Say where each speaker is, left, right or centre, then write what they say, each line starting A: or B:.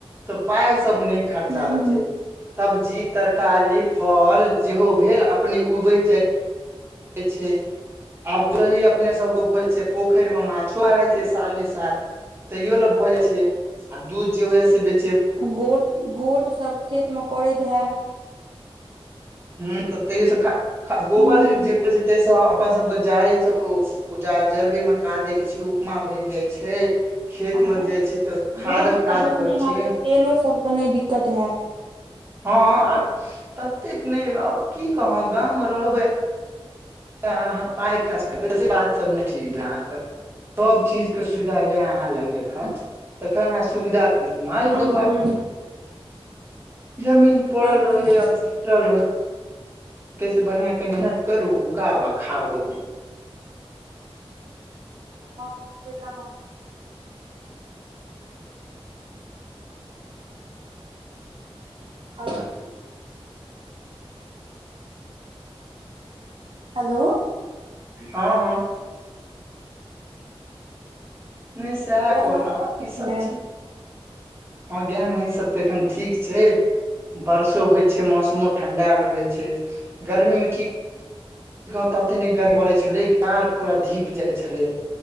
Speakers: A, on the right; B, on the right.
A: तऽ पाय सब न खर्चा
B: हूं
A: होइ
B: हूं
A: छै सब्जी तरकारी फल जेहो भेल अपने उगे छै छै आब दही अपने सबके भोज छ पोखरि मे माछो रहै छै साले साल तैयो ले भऽ जाय छै आ दूध जे होइया से बेच
B: गोट गोट सभ खेत मे करैत है
A: ह तऽ तैय गोबर
B: हूँ
A: जेइ छै ता अपन सबके जार ओ ज जरबे मे काज जाइ छै उपमा बनि जाइ छै खेत
B: आ बूट
A: मे जाइ छै तऽ खादक
B: सब
A: काज
B: रोपने
A: करै छै
B: हत तऽ तेलो सबके नहि दिक्कत होयत
A: हँ आ ततेक नहि आब की कहौ गाँं मे रहबै ताँ पाय खास करै बात सब ने ठीक है अहाँके सब चीज के सुविधा ये अहाँ लग जखन तखन सुविधा इस्तेमाल
B: हूँ
A: करू
B: हूँ
A: आब जमीन पड़ल
B: हूँ हूँ
A: रहै आब जूटल रहै स बढ़िआँ क मेहनत करू उगाउ आ खाउ अपने
B: हँ से तऽ आ हेलो
A: हँ हँ नहि सएह
B: गाय
A: कहलहुँ
B: महीष सब
A: की
B: ठीक
A: सबजी
B: यै
A: हं गाय मे सब ते एखन ठीक छै बर्षो होय छै मौसमो ठंडाल रहे छै गर्मी मे की गर्मी पड़ छै लेकिन पू धीप जाइ छलै